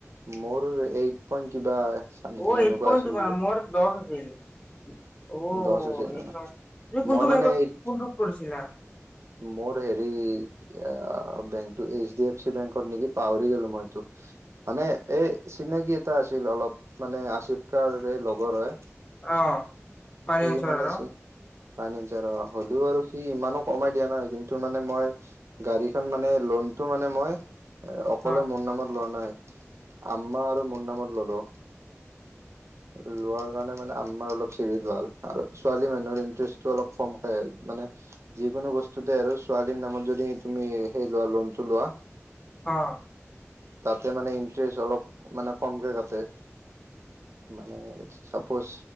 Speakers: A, on the right; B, on the left.
A: মোৰ এই পইণ্ট কিবা চামথিং
B: অ', এইট
A: এনেকুৱা
B: পইণ্ট
A: আছিল
B: তোমাৰ, মোৰ দচ আছিল। অ
A: দচ আছিল
B: এইট
A: অ',
B: পইণ্ট তুমি কোনটো
A: মই
B: বেংকত
A: মানে এইট
B: কোনটোত কৰিছিলা
A: মোৰ হেৰি বেংকটো এইচ ডি এফ চি বেংকত নেকি পাহৰি গ'লো মই এইটো, মানে এই চিনাকি এটা আছিল অলপ মানে আছিফ কাৰে লগৰ হয়।
B: অ' ফাইনেন্সৰ
A: সি মানে
B: আৰু
A: চি ফানাঞ্চিয়ৰ হ'লেও আৰু সি ইমানো কমাই দিয়া নাই। কিন্তু মানে মই গাড়ীখন মানে লোনটো মানে মই অকলে
B: অ
A: মোৰ নামত লোৱা নাই। আম্মা আৰু মোৰ নামত ললোঁ। লোৱাৰ কাৰণে মানে আম্মাৰ অলপ ভাল আৰু ছোৱালী মানুহৰ ইণ্টাষ্টটো অলপ ক'মকৈ, মানে যিকোনো বস্তুতে আৰু ছোৱালীৰ নামত যদি তুমি সেই লোৱা লোনটো লোৱা
B: অ'।
A: তাতে মানে ইন্টাৰেষ্ট অলপ মানে কমকে কাটে। মানে চাপজ